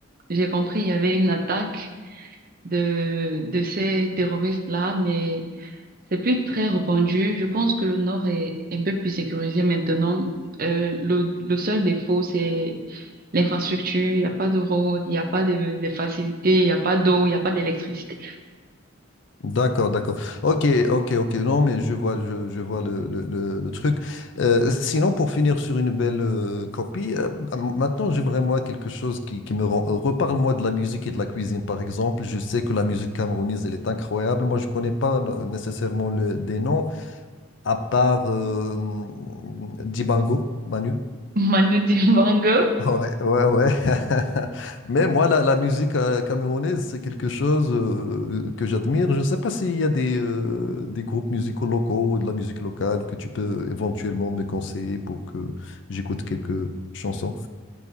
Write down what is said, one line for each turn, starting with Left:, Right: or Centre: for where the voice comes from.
Right: j'ai compris il y avait une attaque de, de ces terroristes-là, mais C'est plus très répandu. Je pense que le Nord est un peu plus sécurisé maintenant. Euh, le, le seul défaut, c'est l'infrastructure. Il n'y a pas de route, il n'y a pas de, de facilités, il n'y a pas d'eau, il n'y a pas d'électricité.
Left: D'accord, d'accord. Ok, ok, ok. Non, mais je vois, je, je vois le, le- le- le truc. Euh, sinon, pour finir sur une belle euh, copie, euh, m- maintenant, j'aimerais, moi, quelque chose qui, qui me rend heureux. Parle-moi de la musique et de la cuisine, par exemple. Je sais que la musique camerounaise, elle est incroyable. Moi, je connais pas euh, nécessairement le, des noms, à part euh, Dibango, Manu.
Right: <laughs> Manu Dibango.
Left: Ouais, ouais, ouais. <laughs> Mais moi, la, la musique euh, camerounaise, c'est quelque chose euh, que j'admire. Je ne sais pas s'il y a des, euh, des groupes musicaux locaux ou de la musique locale que tu peux éventuellement me conseiller pour que j'écoute quelques chansons.